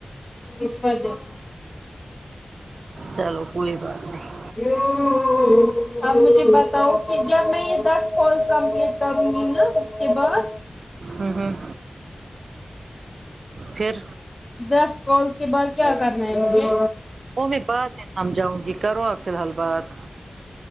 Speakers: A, on the left; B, on the right.
A: ایشور جس
B: چلو کوئی بات نہیں
A: <unintelligible> اپ مجھے بتاؤ کہ جب میں یہ دس کورس کمپلیٹ کروں گی نا اس کے بعد
B: ہ ہوں پھر
A: دس کالس کے بعد کیا کرنا ہے مجھے
B: وہ میں بعد میں سمجھاؤں گی کرو اور فی الحال بات